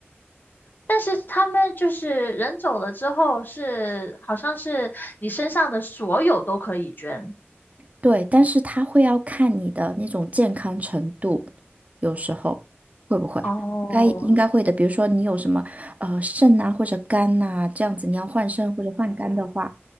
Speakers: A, on the left (about 45°); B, on the right (about 35°).
A: 但是他们就是人走了之后是好像是你身上的所有都可以捐。
B: 对，但是他会要看你的那种健康程度，有时候会不会？
A: 哦，
B: 应该应该会的。比如说你有什么呃肾啊或者肝呐、这样子，你要换肾或者换肝的话，